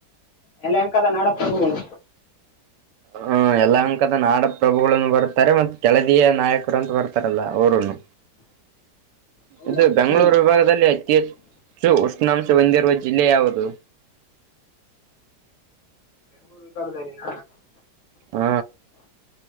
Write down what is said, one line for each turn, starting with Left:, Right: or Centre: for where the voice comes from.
Left: ಯಲಂಕಾದ ನಾಡಪ್ರಭುಗಳು
Right: ಹೂ ಯಲಂಕದ ನಾಡಪ್ರಭುಗಳನ್ನು ಬರ್ತಾರೆ ಮತ್ ಕೆಳದಿಯ ನಾಯಕರು ಅಂತ ಬರ್ತಾರಲ್ಲ ಅವರುನು
Left: ಹೌದಾ
Right: ಇದು
Left: ಹ್ಞೂ
Right: ಬೆಂಗಳೂರು ವಿಭಾಗದಲ್ಲಿ ಅತಿ ಶೂ ಉಷ್ಣಾಂಶವನ್ನುಹೊಂದಿರುವ ಜಿಲ್ಲೆ ಯಾವುದು
Left: ನಿಮ್ರೂ ವಿಭಾಗದಲ್ಲಿನ
Right: ಹೂ